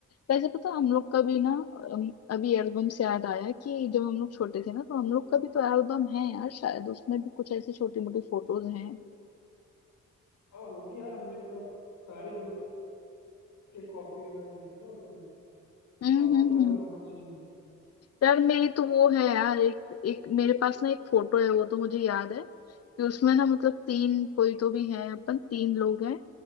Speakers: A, on the left; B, on the left.
A: वैसे पता हम लोग का भी ना अम, अभी एल्बम से याद आया कि जब हम लोग छोटे थे ना तो हम लोग का भी तो एल्बम है यार शायद उसमें भी कुछ ऐसी छोटी मोटी फोटोज हैं
B: हाँ होगी यार हमने मतलब सारे ग्रुप के कॉपी है ना लिए थी ना उस दिन
A: हम्म
B: तो आपके
A: हम्म
B: पास
A: हम्म
B: भी होना चाहिए
A: यार मेरी तो वो है यार एक एक मेरे पास ना एक फोटो है वो तो मुझे याद है कि उसमें ना मतलब तीन कोई तो भी है अपन तीन लोग हैं